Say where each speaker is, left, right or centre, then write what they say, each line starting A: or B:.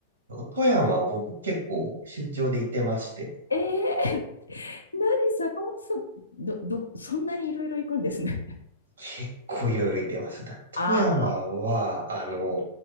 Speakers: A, on the right; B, on the left.
A: 富山僕結構出張で行ってまして、
B: えー、<laughs> 何坂本さん、ど、ど、そんなにいろいろ行くんですね。
A: 結構いろいろ行ってます。だ、富山は、
B: ああ、
A: あの、